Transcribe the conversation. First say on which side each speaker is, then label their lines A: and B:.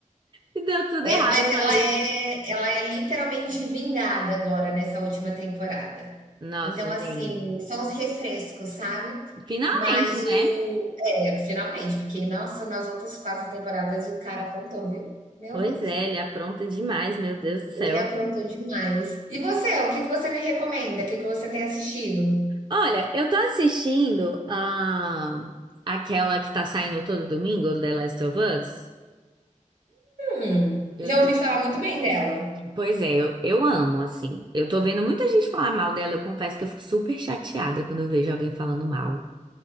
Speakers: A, on the right; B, on the right.
A: E deu tudo
B: É,
A: errado,
B: mas
A: eu
B: ela
A: falei.
B: é, ela é literalmente vingada agora nessa última temporada.
A: Nossa,
B: Então, assim,
A: gente.
B: são os refrescos, sabe?
A: Finalmente,
B: Mas o.
A: né?
B: É, finalmente, porque, nossa, nas outras quatro temporadas o cara aprontou, viu? Meu
A: Pois
B: Deus.
A: é, ele apronta demais, meu Deus do céu.
B: Ele aprontou demais. E você, o que que você me recomenda? O que que você tem assistido?
A: Olha, eu tô assistindo ah, aquela que tá saindo todo domingo, The Last of Us.
B: Hum,
A: Eu
B: já
A: tô
B: ouvi falar muito bem dela.
A: Pois é, eu, eu amo, assim. Eu tô vendo muita gente falar mal dela. Eu confesso que eu fico super chateada quando eu vejo alguém falando mal.